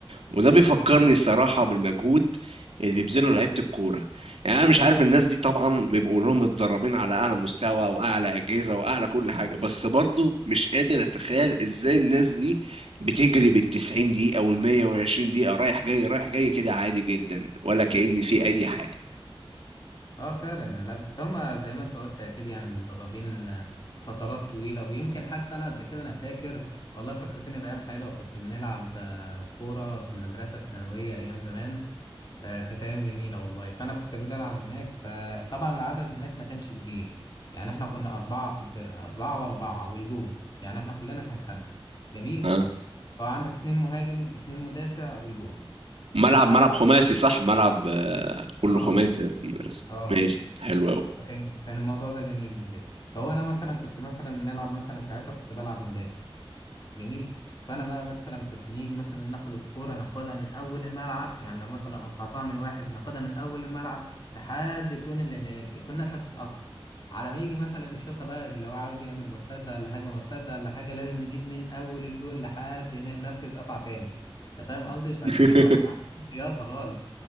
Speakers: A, on the right; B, on the left.
A: وده بيفكرني
B: اه بيبقى-
A: الصراحة بالمجهود اللي بيبذله لعيبة الكورة يعني أنا مش عارف الناس دي طبعا بيبقوا لهم متدربين على أعلى مستوى وأعلى أجهزة وأعلى كل حاجة بس برضو مش قادر أتخيل إزاي الناس دي بتجري بالتسعين دقيقة والمية وعشرين دقيقة رايح جاي رايح جاي كده عادي جدا ولا كأن في أي حاجة
B: اه فعلا لا بس هما زي ما انت قلت اكيد يعني متدربين آه، فترات طويله ويمكن حتى انا قبل كده انا فاكر والله فكرتني بايام حلوه كنت بنلعب آه، كوره في المدرسه الثانويه ايام زمان آه، كانت ايام جميله والله فانا كنت بنلعب هناك فطبعا العدد هناك ما كانش كبير يعني احنا كنا اربعه في الفرقه اربعه واربعه والجون يعني احنا كلنا كان خمسه جميل
A: اه
B: اه عندك اتنين مهاجم اتنين مدافع والجون
A: ملعب
B: فانت
A: ملعب
B: عندك
A: خماسي صح ملعب آه، كله
B: اه
A: خماسي بس
B: اه
A: ماشي حلو أوي
B: كان كان الموضوع ده جميل بالذات فهو انا مثلا كنت مثلا بنلعب مثلا ساعتها كنت بلعب مدافع جميل فانا بقى مثلا كنت نيجي مثلا ناخد الكوره ناخدها من اول الملعب يعني لو مثلا قطعتها من واحد ناخدها من اول الملعب لحد الجون اللي هناك يكون نفس اتقطع على ما يجي مثلا يشوطها بقى اللي هو عاوز يعمل مرتده ولا هجمه مرتده ولا حاجه لازم يجيب من اول الجون لحد هناك نفس اتقطع تاني انت فاهم قصدي فالموضوع
A: <laughs>
B: كان عنده لياقه خالص